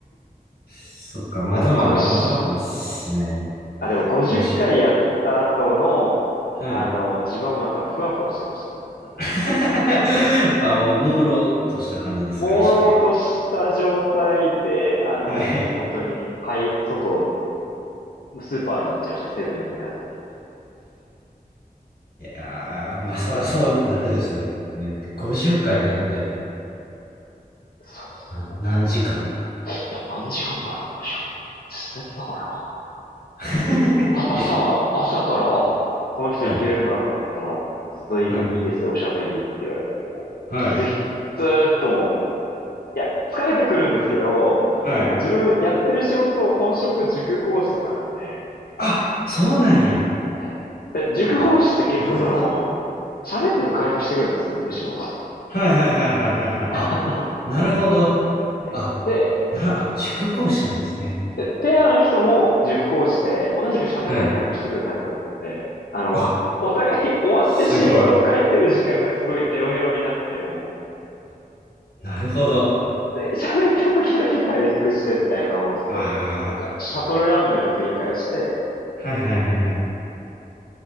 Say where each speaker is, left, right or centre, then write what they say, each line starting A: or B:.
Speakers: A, on the left; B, on the left.
A: そっか、まだまだ、
B: もう50
A: まだまだっすね。
B: あ、でも50回やった後の、
A: 50。はい。
B: あの、地盤もなんかふわふわしてましたね、本当に。
A: <laughs> あ、もう、朦朧とした感じですか、
B: 朦朧とした状態で、
A: 意識は。
B: あの、
A: はい。
B: 本当に、はい、外、スーパーに行っちゃいましたね、セブンに行かず。
A: いやー、まあ、そらそうなるですね。50回だって、
B: そうですね、
A: な、
B: も
A: 何時間
B: う。いや、何時間だろう、こてずっとやってたからな。
A: <laughs>
B: あ、朝、朝から、あ、この人いけるんだと思ったら、
A: はい、
B: あずっといい、
A: はい、
B: いいですよ、おしゃべりって言われて、もう、
A: はい、
B: 気づいて、ずーっともう、いや、疲れてくるんですけど、
A: はい。
B: まあ自分やってる仕事、本職塾講師とかなんで、
A: あ、そうなんや。
B: ええ。で塾講師って結構その、
A: あ、なるほど。
B: 喋ってると回復してくるんですよね、むしろ。<laughs>
A: はいはいはいはいはいはい。
B: あ
A: あ、なるほど。
B: のえ
A: あ、
B: <laughs> で、
A: な、あ、塾講師なんですね。
B: でペアの人も塾講師で、同じく喋ったら回復してくるタイプだったんで、
A: はい。
B: あの、
A: あ、
B: お互い終わってシートを書いてる時間がすごいヘロヘロになっても、
A: すごい。なるほど。あ
B: で、喋った時だけ回復してみたいなのをずっと、
A: あ、
B: なんか、シャトルランのように繰り返して、
A: はいはいはいはい。